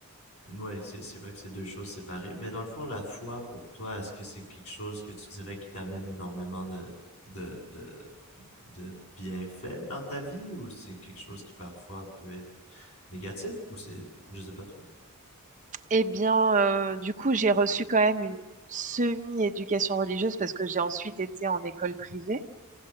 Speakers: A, on the left; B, on the right.
A: Ouais, c'est c'est vrai que c'est deux choses séparées. Mais dans le fond, la foi pour toi, est-ce que c'est quelque chose que tu dirais qui t'amène énormément de, de, de, de bienfaits dans ta vie ou c'est quelque chose qui parfois peut être négatif ou c'est, je sais pas trop.
B: Eh bien, euh, du coup, j'ai reçu quand même une semi-éducation religieuse parce que j'ai ensuite été en école privée